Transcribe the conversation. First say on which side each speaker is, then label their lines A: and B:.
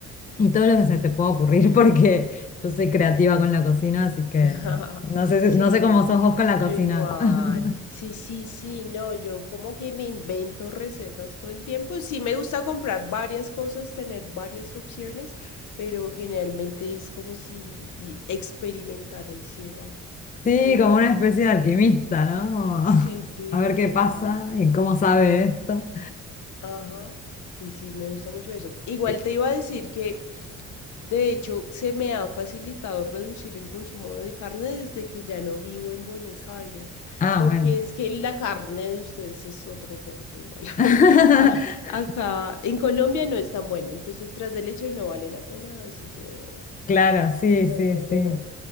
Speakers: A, on the left; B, on the left.
A: Y todo lo que se te pueda ocurrir, <laughs> porque yo soy creativa con la cocina, así que
B: <laughs>
A: no sé,
B: Sí,
A: si- no sé cómo
B: yo,
A: sos vos con la
B: yo
A: cocina.
B: igual.
A: <laughs>
B: Sí, sí, sí, no, yo como que me invento recetas todo el tiempo. Sí, me gusta comprar varias cosas, tener varias opciones, pero generalmente es como si y- experimentara, hiciera
A: Sí,
B: unas...
A: como una especie de alquimista, ¿no? Como,
B: Sí,
A: <laughs>
B: sí,
A: a ver qué
B: total.
A: pasa y cómo sabe esto.
B: Ajá, sí, sí, me gusta mucho eso. Igual
A: Y-
B: te iba a decir que, de hecho, se me ha facilitado reducir el consumo de carne desde que ya no vivo en Buenos Aires,
A: ah,
B: porque
A: bueno.
B: es que la carne de ustedes es otro cuento igual. <laughs>
A: <laughs>
B: A- Acá en Colombia no es tan buena, entonces tras de leche no vale la pena, así que
A: Claro, sí,
B: mejor
A: sí, sí.
B: que no.